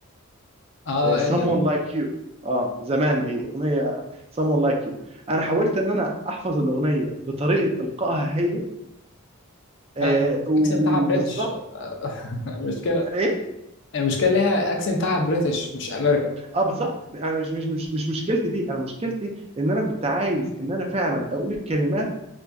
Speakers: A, on the left; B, on the right.
A: اه
B: someone
A: قدر
B: like you اه زمان دي اغنيه someone like you انا حاولت ان انا احفظ الاغنيه بطريقه القائها هي آه
A: حلو
B: وبالظبط
A: اكسب بتاعها بريتش آه، <laughs> مشكله
B: ايه
A: المشكله اللي هي اكسنت بتاعها بريتش مش امريكان
B: اه بالظبط انا مش مش مش مش مشكلتي دي انا مشكلتي ان انا كنت عايز ان انا فعلا اقول الكلمات